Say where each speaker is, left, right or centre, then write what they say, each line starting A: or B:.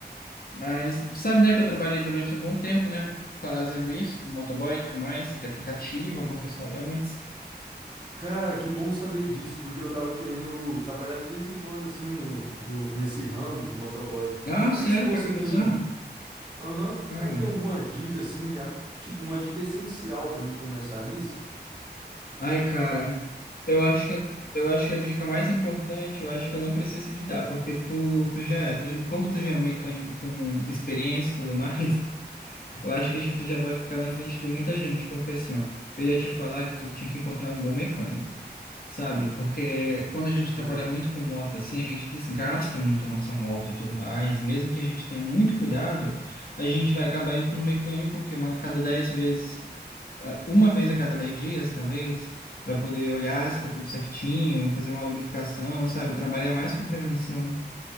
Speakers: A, on the left; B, on the right.
A: Mas sabe, né, que eu trabalhei durante um bom tempo, né, fazendo isso, com motoboy e tudo mais, de aplicativo, alguns restaurantes.
B: Cara, que bom saber disso, porque eu tava querendo trabalhar de vez em quando, assim, no, no, nesse ramo de motoboy.
A: Ah,
B: Será
A: sério?
B: que se você
A: Quer começar?
B: tem. Aham,
A: Não.
B: será que tem alguma dica, assim, a- tipo, uma dica essencial pra mim começar nisso?
A: Ai, cara, eu acho que eu, eu acho que a dica mais importante, eu acho que eu não preciso te dar, porque tu, tu já é, tu, já- como tu já é um mecânico com experiência e tudo mais, Eu acho que tu já vai ficar na frente de muita gente, porque assim, ó, eu ia te falar que tu tinha que encontrar um bom mecânico, sabe? Porque quando a gente
B: Sim.
A: trabalha muito com moto, assim, a gente desgasta muito a nossa moto e tudo mais, e mesmo que a gente tenha muito cuidado, a gente vai acabar indo no mecânico que é uma a cada dez vezes, ah, uma vez a cada dez dias, talvez, para poder olhar se tá tudo certinho, fazer uma lubrificação, sabe? Trabalhar mais com prevenção,